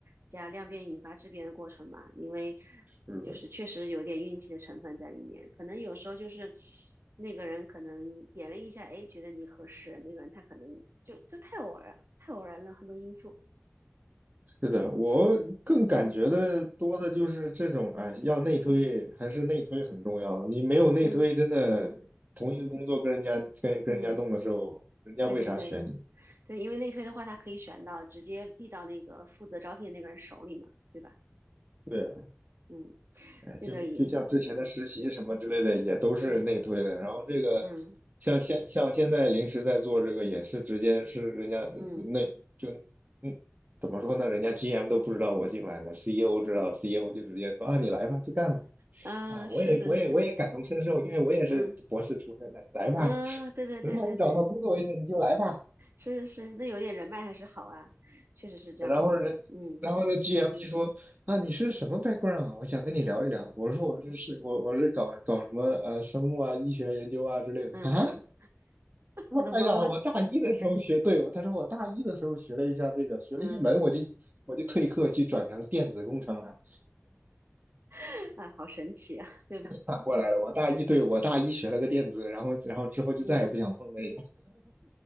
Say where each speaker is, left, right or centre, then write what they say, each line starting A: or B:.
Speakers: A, on the right; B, on the right.
A: 加量变引发质变的过程嘛，因为
B: 是的，
A: 就是确实有点运气的成分在里面。可能有时候就是那个人可能点了一下，哎，觉得你合适，那个人他可能就就太偶然，太偶然了，很多因素。
B: 是的，我更感觉的多的就是这种，
A: 嗯
B: 哎，要内推还是内推很重要。
A: 嗯
B: 你没有内推，
A: 嗯嗯
B: 真的同一个工作跟人家跟跟人家弄的时候，
A: 嗯，
B: 人家为啥选你？
A: 对对对对，因为内推的话，他可以选到直接递到那个负责招聘那个人手里嘛，对吧？
B: 对啊，
A: 嗯，
B: 哎，
A: 这个也这
B: 就就像之前的实习什么之类的，也都是内推的。
A: 对，
B: 然后这个像现像现在临时在做这个，
A: 嗯
B: 也是直接是人家内就
A: 嗯
B: 嗯怎么说呢？人家 GM 都不知道我进来了，CEO 知道，CEO 就直接说啊，你来吧，去干吧。
A: 嗯，
B: 啊，
A: 啊是是是，
B: 我也我也我也感同身受，因为我也是博士出身的，
A: 嗯
B: 你来吧，
A: 嗯，啊对对对对对，
B: 直到你找到工作为止，你就来吧。
A: 是是是，那有点人脉还是好啊，确实是这样的，
B: 然后人，
A: 嗯
B: 然后呢，GM 一说啊，你是什么 background 啊我想跟你聊一聊。我说我是是，我我是搞搞什么呃生物啊、医学研究啊之类的啊。
A: 嗯嗯，他都懵了，
B: 哎呀，我大一的时候学，对，我他说我大一的时候学了一下这个，学了一门我就我就退课去转成电子工程了，
A: 嗯，<laughs> 啊，好神奇啊，对吧？
B: 反过来了。我大一对我大一学了个电子，然后然后之后就再也不想碰那
A: 嗯，